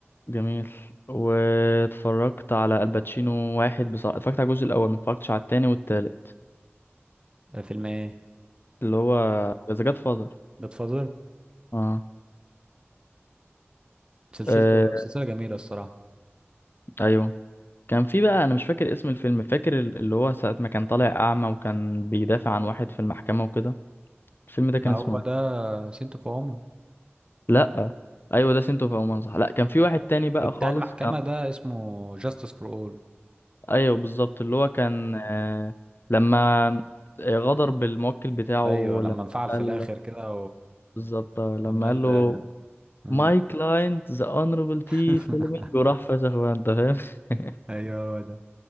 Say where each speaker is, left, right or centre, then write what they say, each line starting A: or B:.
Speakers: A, on the left; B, on the right.
A: جميل واتفرجت على الباتشينو واحد بصراحة اتفرجت على الجزء الأول ما اتفرجتش على التاني والتالت
B: آه، فيلم ايه
A: اللي هو ذا جاد فاذر
B: جاد فازر
A: اه
B: سلسلته
A: آه،
B: سلسلة جميلة الصراحة
A: أيوه كان في بقى أنا مش فاكر اسم الفيلم فاكر ال- اللي هو ساعة ما كان طالع أعمى وكان بيدافع عن واحد في المحكمة وكده الفيلم ده كان
B: ما
A: اسمه
B: هو
A: ايه؟
B: ده سنت اوف وومن
A: لأ أيوه ده سنتو في عمان صح لأ كان في واحد تاني بقى
B: بتاع
A: خالص
B: المحكمة
A: كان
B: ده اسمه جاستس فور اول
A: أيوه بالظبط اللي هو كان آه... لما غدر بالموكل بتاعه
B: ايوه لما
A: لما
B: انفعل في
A: قال
B: الاخر كده
A: بالظبط آه، لما
B: وعمال
A: قال له
B: مم.
A: ماي كلاينت ذا اونربل تي
B: <laughs>
A: فيلمينج وراح فشخ بقى انت فاهم <laughs>
B: ايوه هو ده